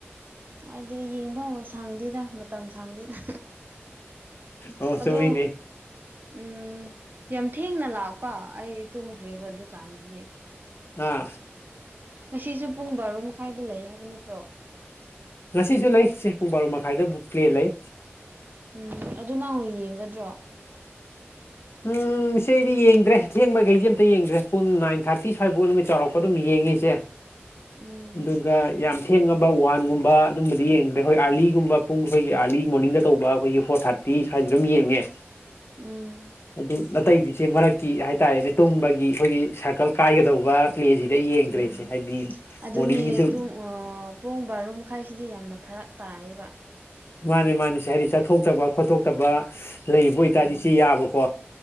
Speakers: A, on the right; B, on the left.
A: ꯍꯥꯏꯗꯤ ꯌꯦꯡꯕ ꯑꯃ ꯁꯪꯗꯦꯗ ꯃꯇꯝ ꯁꯥꯡꯗꯦꯗ
B: ꯑꯣ
A: ꯑꯗꯣ
B: ꯆꯨꯝꯃꯤꯅꯦ
A: ꯎꯝ ꯌꯥꯝ ꯊꯦꯡꯅ ꯂꯥꯛꯄ ꯑꯩ ꯇꯨꯝꯈ꯭ꯔꯦꯕ ꯗꯨꯀꯥꯟꯗꯗꯤ
B: ꯑꯥ
A: ꯉꯁꯤꯁꯨ ꯄꯨꯡ ꯕꯥꯔꯣ ꯃꯈꯥꯏꯗ ꯂꯩ ꯍꯥꯏꯕ ꯅꯠꯇ꯭ꯔꯣ
B: ꯉꯁꯤꯁꯨ ꯂꯩ ꯁꯦ ꯄꯨꯡ ꯕꯥꯔꯣ ꯃꯈꯥꯏꯗꯕꯨꯛ ꯄ꯭ꯂꯦ ꯂꯩ
A: ꯎꯝ ꯑꯗꯨ ꯅꯪꯨ ꯌꯦꯡꯒꯗ꯭ꯔꯣ
B: ꯎꯝ ꯄꯪꯁꯦ ꯑꯩꯗꯤ ꯌꯦꯡꯗ꯭ꯔꯦ ꯊꯦꯡꯕꯈꯩꯁꯦ ꯑꯝꯇ ꯌꯦꯡꯗ꯭ꯔꯦ ꯄꯨꯡ ꯅꯥꯏꯟ ꯊꯥꯔꯇꯤ ꯁ꯭ꯋꯥꯏꯐꯥꯎꯠ ꯑꯃ ꯆꯥꯎꯔꯛꯄ ꯑꯗꯨꯝ ꯌꯦꯡꯉꯁꯦ
A: ꯎꯝ
B: ꯑꯗꯨꯒ ꯌꯥꯝ ꯊꯦꯡꯉꯕ ꯋꯥꯟꯒꯨꯝꯕ ꯑꯗꯨꯝꯕꯗꯤ ꯌꯦꯡꯉꯗ꯭ꯔꯦ ꯑꯩꯈꯣꯏ ꯑꯥꯔꯂꯤꯒꯨꯝꯕ ꯄꯨꯡ ꯑꯩꯈꯣꯏꯒꯤ ꯑꯥꯔꯂꯤ ꯃꯣꯔꯅꯤꯡꯗ ꯇꯧꯕ ꯑꯩꯈꯣꯏꯒꯤ ꯐꯣꯔ ꯊꯥꯔꯤ ꯄꯤ ꯁ꯭ꯋꯥꯏꯁꯤꯗꯝ ꯌꯦꯡꯉꯦ
A: ꯎꯝ
B: ꯑꯗꯨ ꯑꯅꯥꯇꯩꯗꯤꯁꯦ ꯃꯔꯛꯀꯤ ꯍꯥꯏꯇꯥꯔꯦꯅꯦ ꯇꯨꯝꯕꯒꯤ ꯑꯩꯈꯣꯏꯒꯤ ꯁꯥꯔꯀꯜ ꯀꯥꯏꯒꯗꯧꯕ ꯄ꯭ꯂꯦꯁꯤꯗ ꯌꯦꯡꯗ꯭ꯔꯔꯤꯁꯦ
A: ꯎꯝ
B: ꯍꯥꯏꯕꯗꯤ
A: ꯑꯗꯨꯅꯦ
B: ꯃꯣꯔꯅꯤꯡꯒꯤꯁꯨ
A: ꯇꯨꯡ ꯑꯥ ꯄꯨꯡ ꯕꯥꯔꯣ ꯃꯈꯥꯏꯁꯤꯗꯤ ꯌꯥꯝꯅ ꯐꯔꯛ ꯇꯥꯏꯌꯦꯕ
B: ꯃꯥꯅꯤ ꯃꯥꯅꯤꯁꯦ ꯍꯥꯏꯗꯤ ꯆꯠꯊꯣꯛꯆꯕ ꯈꯣꯠꯇꯣꯛꯄ ꯐꯠꯇꯕ ꯂꯩꯕ ꯑꯣꯏꯇꯥꯔꯗꯤ
A: ꯎꯝ
B: ꯁꯤ ꯌꯥꯕꯀꯣ